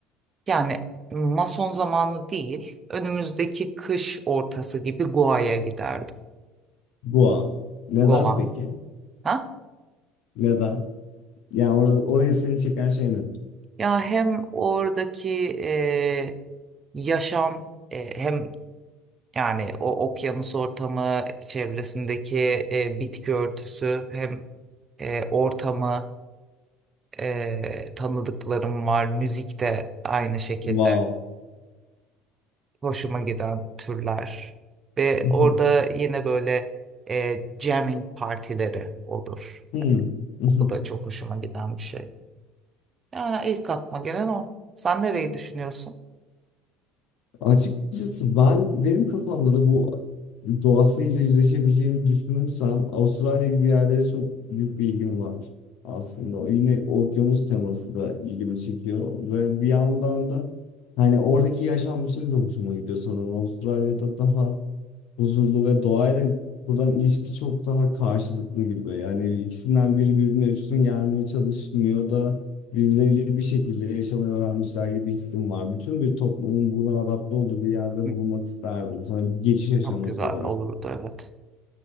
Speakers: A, on the right; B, on the left.
A: Yani mason zamanı değil, önümüzdeki kış ortası gibi Goa'ya giderdim.
B: Goa. Neden
A: Goa.
B: peki?
A: Ha?
B: Neden? Yani orada, orayı seni çeken şey nedir?
A: Ya hem oradaki e, yaşam e, hem yani o okyanus ortamı çevresindeki e, bitki örtüsü hem e, ortamı e, tanıdıklarım var. Müzik de aynı şekilde
B: Wow.
A: hoşuma giden türler. Ve
B: <laughs>
A: orada yine böyle e, jamming partileri olur.
B: Hmm. <laughs>
A: O da çok hoşuma giden bir şey. Yani ilk aklıma gelen o. Sen nereyi düşünüyorsun?
B: Açıkçası ben benim kafamda da bu doğasıyla yüzleşebileceğimi düşünürsem Avustralya gibi yerlere çok büyük bir ilgim var aslında. O Yine okyanus teması da ilgimi çekiyor ve bir yandan da hani oradaki yaşam biçimi de hoşuma gidiyor sanırım. Avustralya'da daha huzurlu ve doğayla buradan ilişki çok daha karşılıklı gibi. Yani ikisinden biri birbirine üstün gelmeye çalışmıyor da birbirleriyle bir şekilde yaşamayı öğrenmişler gibi hissim var. Bütün bir toplumun buna adapte olduğu bir yerde
A: Hmm.
B: bulunmak isterdim. Sanırım bir geçiş aşaması
A: Çok güzel
B: olarak.
A: olurdu evet.